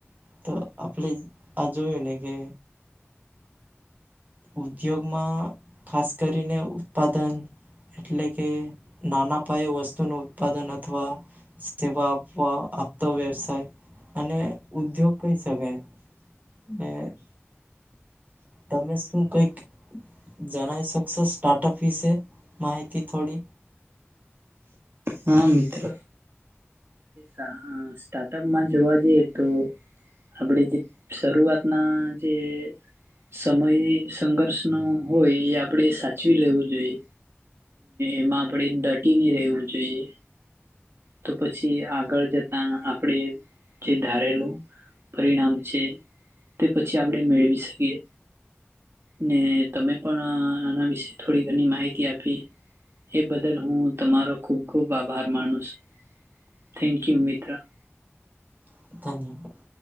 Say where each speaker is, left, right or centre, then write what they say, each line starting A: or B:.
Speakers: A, on the right (about 40°); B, on the right (about 65°).
A: તો આપણે આ જોયું ને કે ઉદ્યોગમાં ખાસ કરીને ઉત્પાદન એટલે કે નાના પાયે વસ્તુનું ઉત્પાદન અથવા સેવા આપવા આપતો વ્યવસાય અને ઉદ્યોગ કહી શકાય હે તમે શું કંઈક જણાવી શકશો સ્ટાર્ટઅપ વિશે માહિતી થોડી
B: હા મિત્ર હમ સ્ટાર્ટઅપમાં જોવા જઈએ તો આપણે જે શરૂઆતના જે સમય સંઘર્ષ નો હોય એ આપણેે સાચવી લેવું જોઈએ એમાં આપણેે દટીને રહેવું જોઈએ તો પછી આગળ જતા આપણે જે ધારેલું પરિણામ છે તે પછી આપણે મેળવી શકીએ. ને તમે પણ આના વિશે થોડી ઘણી માહિતી આપી. એ બદલ હું તમારો ખુબ ખુબ આભાર માનું છું. થેન્કયુ મી ક્યાં?
A: ધન્યવાદ